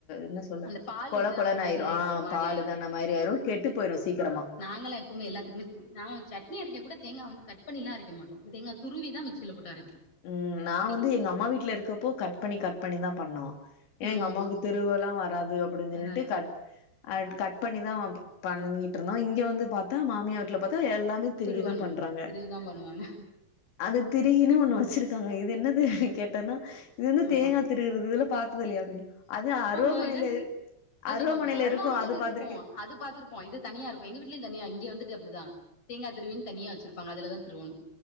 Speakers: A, on the left (about 85°); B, on the left (about 35°).
A: என்ன சொல்ல
B: அந்த பால்
A: கொழ
B: இதான
A: கொழனு
B: மாதிரி
A: ஆயிரு
B: ஆயிரும்
A: ஆ
B: ஒரு மாரி
A: பாலு தான மாரி ஆயிரு கெட்டு போயிரு சீக்கரமா
B: நாங்களா எப்பவுமே எல்லாத்துக்குமே செரி நாங்க சட்னி அரைக்க கூட தேங்கா வந்து கட் பண்ணில்லா அரைக்க மாட்டோ தேங்கா துருவி தா மிக்சில போட்டு அரைப்போ
A: ம் நா
B: அப்டி
A: வந்து எங்க அம்மா வீட்ல இருக்கப்போ கட் பண்ணி கட் பண்ணிதா பண்ணோ எனா
B: ம்
A: எங்க அம்மாவ்க்கு திருவொல்லா வராது அப்டின் சொல்ட்டு
B: வராது
A: கட் அட் கட் பண்ணிதா பண்ணிட்டு இருந்தோ இங்க வந்து பாத்தா மாமியா வீட்ல பாத்தா எல்லாமே திருகிதா
B: திருவணு
A: பண்றாங்க
B: திருவிதா பண்ணுவாங்க
A: அது திருகினு ஒண்ணு வச்சுருக்காங்க இது என்னதுனு கேட்டன்னா இது வந்து
B: ஆமா
A: தேங்கா திருகுறது இதல்லா பாத்ததில்லயா அப்டின்னு அது அருவாமனைல
B: ஆமா இதான் அது
A: அருவாமனைல
B: சொல்லுவாங்க
A: இருக்கு அது
B: இருக்கு
A: பாத்துருக்கே
B: அது பாத்துருப்போ இது தனியா இருக்கு எங்க வீட்லயு தனியா இங்கெ வந்துட்டு அப்டிதா தேங்கே திருவினு தனியா வச்சுருப்பாங்க அதுல தா திருவனு